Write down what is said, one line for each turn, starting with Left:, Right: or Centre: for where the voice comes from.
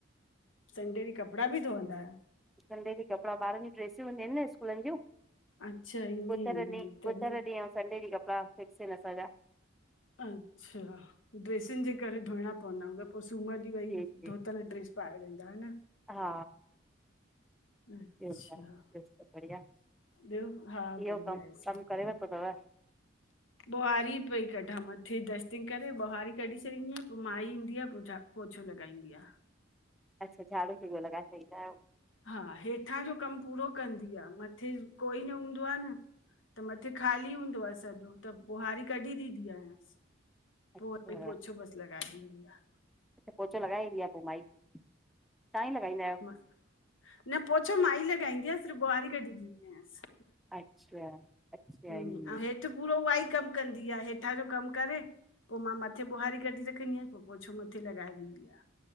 Left: सन्डे ॾी कपड़ा बि धोअंदा आहियो?
Centre: सन्डे ॾी कपड़ा बारण जी ड्रेसियूं हुंदीयु आहिनि न स्कूलनि जूं।
Left: अच्छा ईअं
Centre: बुधर ॾी
Left: ईअं तॾहिं
Centre: बुधर ॾीऐं सन्डे ॾी कपडा फिकस आहेन् असंजा।
Left: अच्छा। ड्रेसिनि जे करे धोइणा पवंदा हूंदव। पोइ सूमरु ॾींहुं वई
Centre: जी जी
Left: धोतल ड्रेस। पाए वेदा न।
Centre: हा।
Left: अच्छा
Centre: बयो बुदाओ बयो सब बढ़िया।
Left: ॿियो हा
Centre: इहो
Left: बढ़िया
Centre: कमु
Left: आहे सभु
Centre: कम करे वतो तव। <inaudible>
Left: ॿुहारी पई कढां मथे दस्तिंग करे ॿुहारी कढी छॾींदी आहिां पोइ माई ईंदी आहे पोचा पोचौ लॻाईंदी आ।
Centre: अच्छा। झाडू जी उो लॻाए छॾीदा आयो?
Left: हा। हेठां जो कम पूरो कंदी आ मथे कोई न हूंदो आ न। त मथे ख़ाली हूंदो आ सॼो त ॿुहारी कढी ॾींदी आयस।
Centre: अच्छा
Left: पोइ उते पोछो बस लॻाऐ ॾीदी आ।
Centre: पोचो लॻाए ईंदी आहे पोइ माई? तव्हां ई लॻाईंदा आहियो?
Left: मां न पोछो माई लॻाईंदी आहे सिरफ ॿुहारी कढी ॾींदी आयसि।
Centre: अच्छा? अच्छा
Left: अउ
Centre: ईअं
Left: हेठि पूरो उहा ई कमु कंदी आहे। हेठां जो कमु करे। पोइ मां मथे ॿुहारी कढी रखंदी आहिया पो पोइछो मथे लॻाए ॾींदी आ।